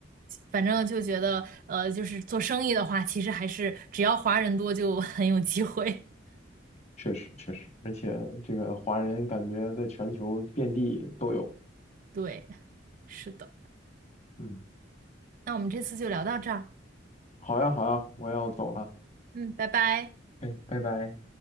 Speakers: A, on the right; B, on the left.
A: 反正就觉得呃，就是做生意的话，其实还是只要华人多就很有机会。
B: 确实确实，而且这个华人感觉在全球遍地都有。
A: 对，是的。
B: 嗯，
A: 那我们这次就聊到这儿，
B: 好呀好呀，我要走了，
A: 嗯，拜拜。
B: 哎，拜拜。